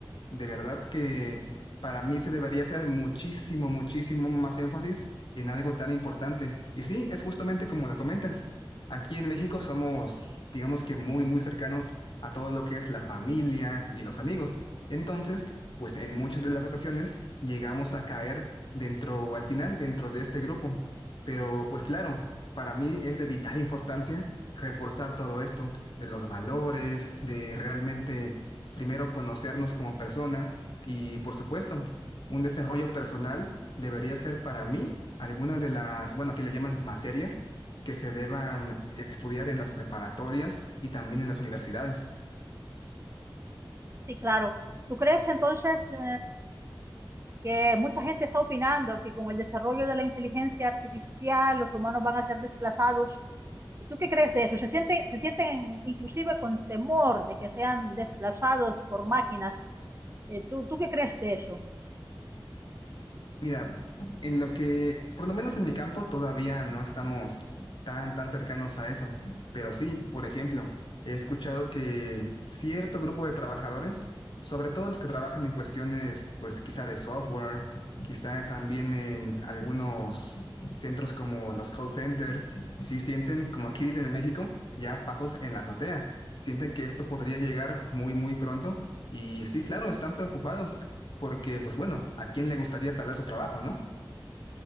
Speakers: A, on the left; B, on the right.
A: De verdad que para mí se debería hacer muchísimo, muchísimo más énfasis en algo tan importante. Y sí, es justamente como lo comentas. Aquí en México somos, digamos que muy, muy cercanos a todo lo que es la familia y los amigos. Entonces, pues en muchas de las ocasiones llegamos a caer dentro, al final, dentro de este grupo. Pero pues claro, para mí es de vital importancia reforzar todo esto de los valores, de realmente primero conocernos como persona y por supuesto, un desarrollo personal debería ser para mí alguna de las, bueno, aquí le llaman materias que se deban estudiar en las preparatorias y también en las universidades.
B: Sí, claro. ¿Tú crees entonces eh, que mucha gente está opinando que con el desarrollo de la inteligencia artificial los humanos van a ser desplazados? ¿Tú qué crees de eso? ¿Se sienten, se sienten inclusive con temor de que sean desplazados por máquinas? Eh, ¿tú, tú qué crees de eso?
A: Mira, en lo que, por lo menos en mi campo, todavía no estamos tan, tan cercanos a eso. Pero sí, por ejemplo, he escuchado que cierto grupo de trabajadores, sobre todo los que trabajan en cuestiones, pues quizá de software, quizá también en algunos centros como los call center, sí sienten, como aquí dicen en México, ya pasos en la azotea. Sienten que esto podría llegar muy, muy pronto. Y sí, claro, están preocupados porque, pues bueno, ¿a quién le gustaría perder su trabajo, no?